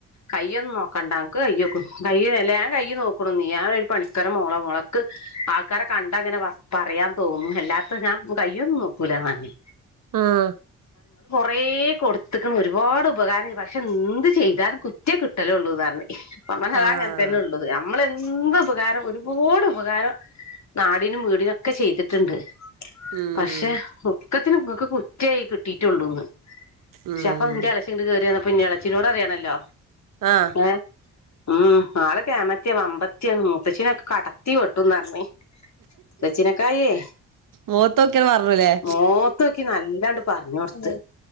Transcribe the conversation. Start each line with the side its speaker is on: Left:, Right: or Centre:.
Left: കയ്യൊന്നും നോക്കണ്ട ക്ക് കയ്യോ കയ്യല്ല ാൻ കയ്യ നോക്കണ നീ ഞാൻ ഒരു പണിക്കര മുോള മുോളക് ആൾക്കാരെ കണ്ടങ്ങനെ പറയാൻ തോന്നുന്നു എല്ലാത്തും ഞാൻ കയ്യൊന്നും നോക്കൂലന്നന്നെ
Right: ആഹ
Left: അേ കൊടുത്തക്കണ ഒരുപാട് ഉപകാരം പക്ഷെ എന്ത് ചെയ്താലും കുറ്റേ കിട്ടലേ ഉള്ളു ഇാാരണ അനതാങ്ങനെ
Right: ആഹ്
Left: തന്നെള്ളു നമ്മളെന്ത് എന്ത ഉപകാരം ഒരുപാട് ഉപകാരം നാടിനും വീടിനൊക്കെ ചെയ്തിട്ട് ട്ടുണ്ട്
Right: ഉം
Left: പക്ഷെ പക്കത്തിന്ങ്ങക്കക്ക് കുറ്റയായി കിട്ടിയിട്ടുള്ളൂന്ന് പക്ഷെപ്പം
Right: ഉം
Left: ഉന്റെ അലച്ച ഇ് കയറിയ പിന്നട് ചിനോട്റിയാല്ല
Right: ആഹ്
Left: ഏ ഉം ആൾക്കെമത്തിയാ വമ്പത്തി ത്തിാണ് മൂത്തച്ച്ചിനൊക്കെ കടത്തി വെട്ടുംന്ന് പറഞ്ഞ മുത്തച്ചനൊക്കെ ആയിേ
Right: മോത്തോക്കിയാണ് പറഞ്ഞൂല്ലേ
Left: മൂത്തൊക്കി നല്ലാണ്ട് പറഞ്ഞ കൊടുത്ത്